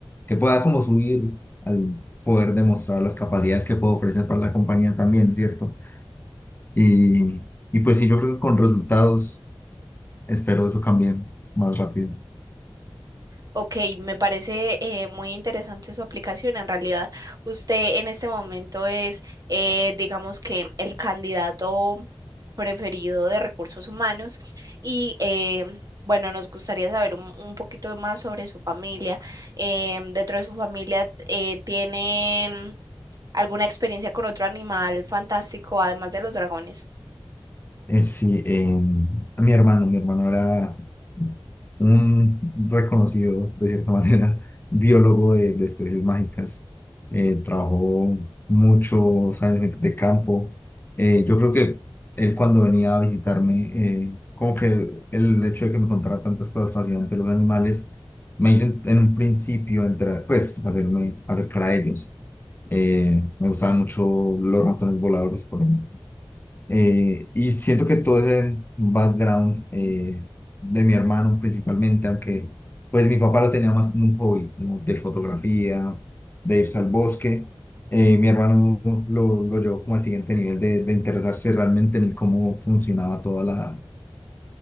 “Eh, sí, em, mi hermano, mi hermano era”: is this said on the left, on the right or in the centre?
Left